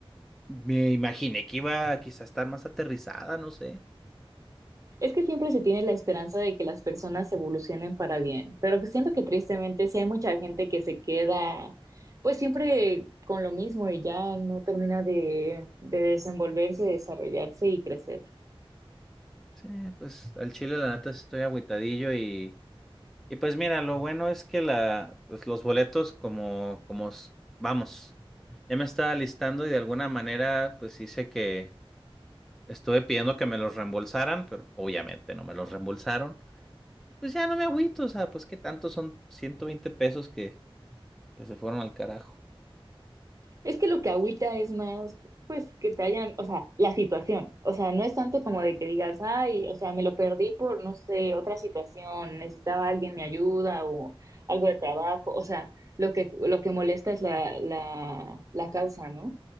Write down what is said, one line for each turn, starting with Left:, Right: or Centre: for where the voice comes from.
Centre: me imaginé que iba a quizá estar más aterrizada, no sé.
Right: Es que siempre se tiene la esperanza de que las personas evolucionen para bien, pero que siento que tristemente sí hay mucha gente que se queda pues siempre con lo mismo y ya no termina de, de desenvolverse, desarrollarse y crecer.
Centre: Sí, pues al chile la neta sí estoy agüitadillo y Y pues mira, lo bueno es que la, pues los boletos como, como, s- vamos, ya me estaba listando y de alguna manera pues hice que estuve pidiendo que me los reembolsaran, pero obviamente no me los reembolsaron. Pues ya no me agüito, o sea, pues qué tanto son 120 pesos que, que se fueron al carajo.
Right: Es que lo que agüita es más, pues, que te hayan, o sea, la situación. O sea, no es tanto como de que digas, ay, o sea, me lo perdí por, no sé, otra situación, necesitaba alguien mi ayuda o algo de trabajo. O sea, lo que, lo que molesta es la, la, la causa, ¿no?